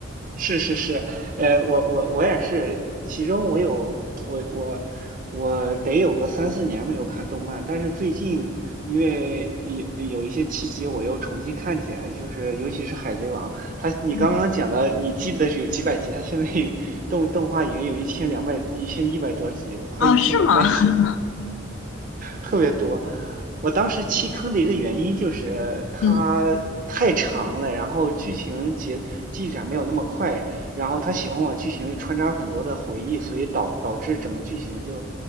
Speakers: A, on the right (about 45°); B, on the left (about 70°).
A: 是是是，呃，我我我也是，其中我有我我我得有个三四年没有看动漫，但是最近因为有有一些契机，我又重新看起来，就是尤其是《海贼王》，它你刚刚讲的，
B: 嗯
A: 你记得是有几百集，它现在 <laughs> 已动动画已经有一千两百一千一百多集了，快一千两百集了。
B: 哦，是吗？<laughs>
A: 特别多。我当时弃坑的一个原因就是它太长了，
B: 嗯。
A: 然后剧情节进展没有那么快，然后他喜欢往剧情里穿插很多的回忆，所以导导致整个剧情就